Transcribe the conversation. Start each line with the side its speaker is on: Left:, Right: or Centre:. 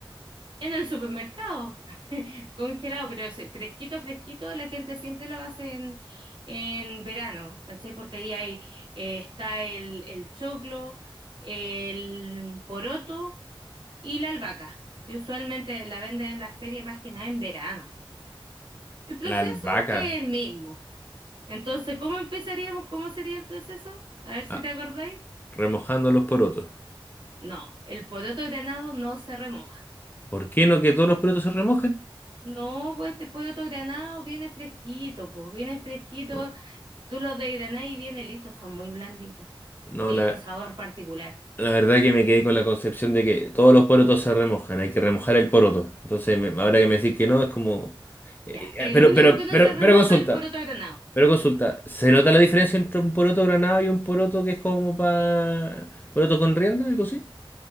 Right: en el supermercado, <laughs> congelado, pero ese fresquito, fresquito, la gente siempre lo hace en, en verano, ¿cachai? Porque ahí hay, eh, está el, el choclo, el poroto. y la albahaca, que usualmente la venden en las ferias más que nada en verano. El proceso
Left: La albahaca,
Right: es el mismo. Entonces, ¿cómo empezaríamos? ¿Cómo sería el proceso? A ver si
Left: ah,
Right: te acordáis.
Left: remojando los porotos.
Right: No, el poroto granado no se remoja.
Left: ¿Por qué no que todos los porotos se remojen?
Right: No, pues este poroto granado viene fresquito, pues viene fresquito.
Left: No,
Right: Tú lo desgranás y viene listo, son muy blanditos
Left: no,
Right: y tienen
Left: la,
Right: un sabor particular.
Left: la verdad que me quedé con la concepción de que todos los porotos se remojan, hay que remojar el poroto. Entonces, me- ahora
Right: Ya,
Left: que me decís que no, es como... eh,
Right: ya.
Left: eh,
Right: El
Left: ah, pero,
Right: único
Left: pero,
Right: que no
Left: pero,
Right: se remoja
Left: pero consulta,
Right: es el poroto granado.
Left: pero consulta, ¿se nota la diferencia entre un poroto granado y un poroto que es como para... poroto con rienda, algo así?